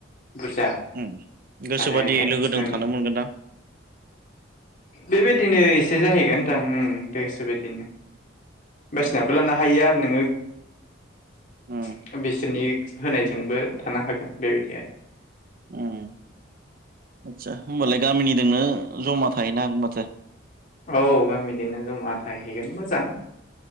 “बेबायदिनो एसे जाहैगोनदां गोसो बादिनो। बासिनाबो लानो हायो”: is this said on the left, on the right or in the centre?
Left